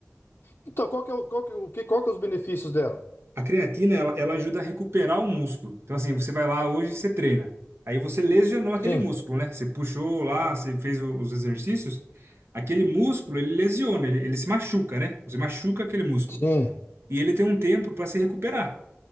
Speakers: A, on the left; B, on the right.
A: Então, qual que é o, qual que, é o que, qual que é os benefícios dela?
B: A creatina, ela, ela ajuda a recuperar o músculo. Então, assim, você vai lá hoje e você treina. Aí você lesionou aquele
A: Sim,
B: músculo, né? Você puxou lá, você fez o- os exercícios. Aquele músculo, ele lesiona, ele, ele se machuca, né? Você machuca aquele músculo.
A: sim.
B: E ele tem um tempo para se recuperar.